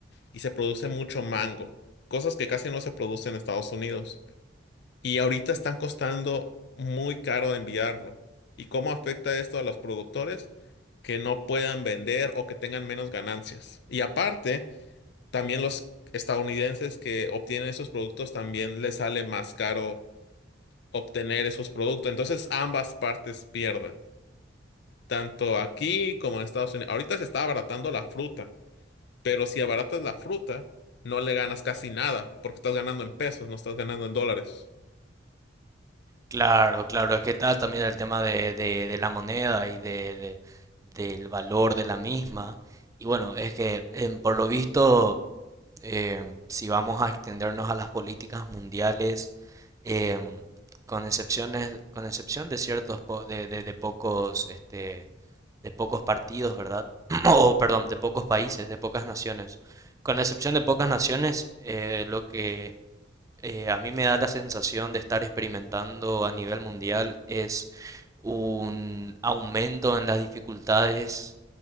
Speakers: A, on the left (about 60°); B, on the right (about 15°).
A: y se produce mucho mango, cosas que casi no se producen en Estados Unidos. Y ahorita están costando muy caro de enviarlo. ¿Y cómo afecta esto a los productores? Que no puedan vender o que tengan menos ganancias. Y aparte, también los estadounidenses que obtienen esos productos también les sale más caro obtener esos productos. Entonces ambas partes pierden, tanto aquí como en Estados Unidos. Ahorita se está abaratando la fruta Pero si abaratas la fruta, no le ganas casi nada, porque estás ganando en pesos, no estás ganando en dólares.
B: Claro, claro, es que está también el tema de, de, de la moneda y de, de- del valor de la misma. Y bueno, es que em, por lo visto, em, si vamos a extendernos a las políticas mundiales, eh, con excepciones, con excepción de ciertos po- de, de- de pocos, este, de pocos partidos, ¿verdad? <clears throat> <coughs> O perdón, de pocos países, de pocas naciones. Con la excepción de pocas naciones, eh, lo que eh, a mí me da la sensación de estar experimentando a nivel mundial es un aumento en las dificultades,